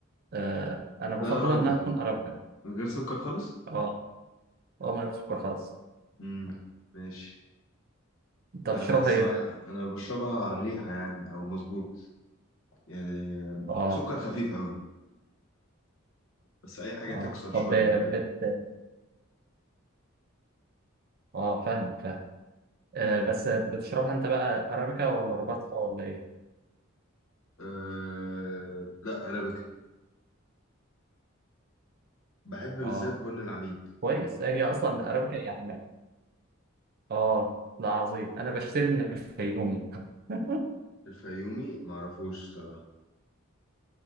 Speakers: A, on the right; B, on the left.
A: آه انا بفضلها
B: لا يا راجل
A: انها تكون ارابيكا
B: من غير سكر خالص؟
A: اه اه ما سكر خالص
B: امم ماشي
A: انت
B: لا
A: بتشربها
B: أنا الصراحة
A: ايه
B: أنا بشربها على الريحة يعني أو مظبوط يعني
A: اه
B: سكر خفيف أوي بس أي حاجة
A: اه
B: تكسر شوية
A: طب بت اه فاهمك فاهم آه
B: كده
A: بس بتشربها انت بقى ارابيكا ولا روباستا ولا ايه
B: أه... لا أرابيكا بحب بالذات
A: اه
B: بن اه العميد
A: كويس هي اصلا ارابيكا يعني اه لا عظيم انا بشتري من الفيومي <laughs>
B: الفيومي معرفوش صراحة